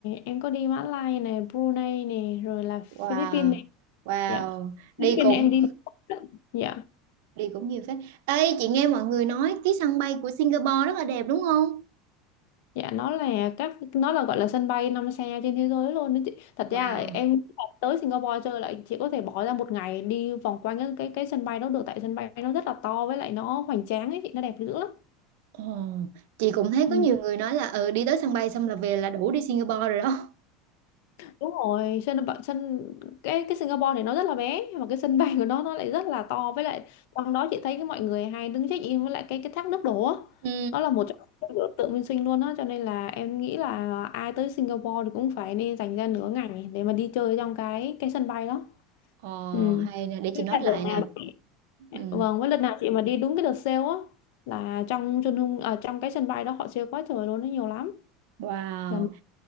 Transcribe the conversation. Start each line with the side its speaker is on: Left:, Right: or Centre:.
Left: em có đi Mã Lai nè, Brunei nè, rồi là Philippines
Right: Wow,
Left: nè.
Right: wow,
Left: Dạ. Philippines
Right: đi cũng
Left: em đi Dạ.
Right: đi cũng nhiều phết. Ê, chị nghe mọi người nói cái sân bay của Singapore rất là đẹp đúng không?
Left: Dạ nó là các nó là gọi là sân bay năm sao trên thế giới luôn. đấy chị. Thật
Right: Wow.
Left: ra là em tới Singapore chơi lại chị có thể bỏ ra một ngày đi vòng quanh cái cái, cái sân bay đó được tại sân bay nó rất là to với lại nó hoành tráng ấy, chị, nó đẹp dữ lắm.
Right: Ồ, chị cũng thấy
Left: Ừ.
Right: có nhiều người nói là ừ đi tới sân bay xong là về là đủ đi Singapore rồi đó.
Left: đúng rồi sân bạ- sân cái cái Singapore thì nó rất là bé nhưng mà cái sân bay của nó nó lại rất là to với lại trong đó chị thấy cái mọi người hay đứng check in với lại cái cái thác nước đổ á
Right: Ừ.
Left: nó là một trong những biểu tượng minh sinh luôn á cho nên là em nghĩ là ai tới Singapore thì cũng phải nên dành ra nửa ngày để mà đi chơi trong cái cái sân bay đó
Right: Ồ,
Left: ừ
Right: hay nè, để
Left: Thế
Right: chị note
Left: là
Right: lại
Left: đợt nào
Right: nè.
Left: chị-
Right: Ừ.
Left: vâng với lần nào chị mà đi đúng cái đợt sale á là trong chân hung à, trong cái sân bay đó họ sale quá trời luôn nó nhiều lắm
Right: Wow.
Left: Dạ.